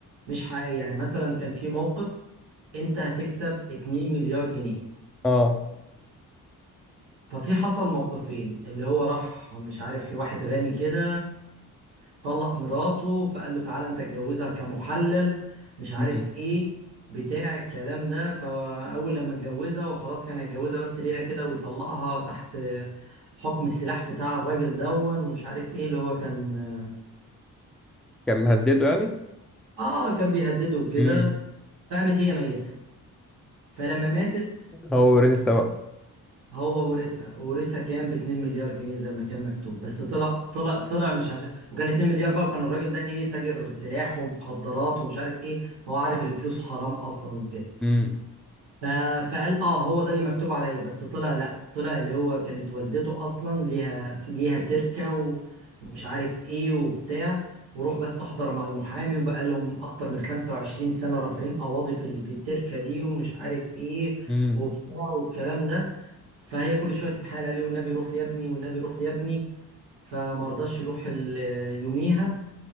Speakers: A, on the right; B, in the centre.
A: مش حقيقيه يعني مثلا كان في موقف انت هتكسب 2 مليار جنيه
B: اه
A: ففي حصل موقفين اللي هو راح مش عارف لواحد غني كده طلق مراته فقال له تعالى انت اتجوزها كمحلل مش عارف
B: امم
A: ايه بتاع الكلام ده فاول لما اتجوزها وخلاص كان هيتجوزها بس ليله كده ويطلقها تحت حكم السلاح بتاع الراجل دون ومش عارف ايه اللي هو كان
B: كان مهدده يعني
A: اه كان بيهدده كده
B: امم
A: فقامت هي ميتة فلما ماتت
B: هو ورثها بقى
A: هو ورثها ورثها كام ب 2 مليار جنيه زي ما كان مكتوب بس طلع طلع طلع مش عشان وكان 2 مليار بقى وكان الراجل ده ايه تاجر سلاح ومخدرات ومش عارف ايه فهو عارف ان فلوسه حرام اصلا وكده
B: امم
A: ف- فقال اه هو ده اللي مكتوب عليا بس طلع لا طلع اللي هو كانت والدته اصلا ليها ليها تركة ومش عارف ايه وبتاع وروح بس احضر مع المحامي وبقى لهم اكتر من 25 سنة رافعين قواضي في ال- في التركة دي ومش عارف ايه
B: امم
A: وبتاع والكلام ده فهي كل شوية تتحايل عليه والنبي روح يا ابني والنبي روح يا ابني فما رضاش يروح ال- يوميها